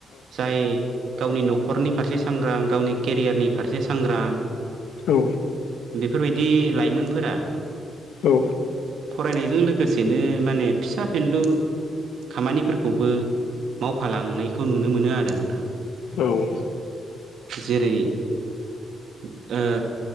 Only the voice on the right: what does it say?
जाय गावनि न' खरनि फारसे सांग्रां गावनि केरियारनि फारसे सांग्रां
बेफोरबायदि लाइमोनफोरा
फरायनायजों लोगोसेनो माने फिसा फेन्लु खामानिफोरखौबो मावफालांनायखौ नुनो मोनो आरो नोंथां।
जेरै ओ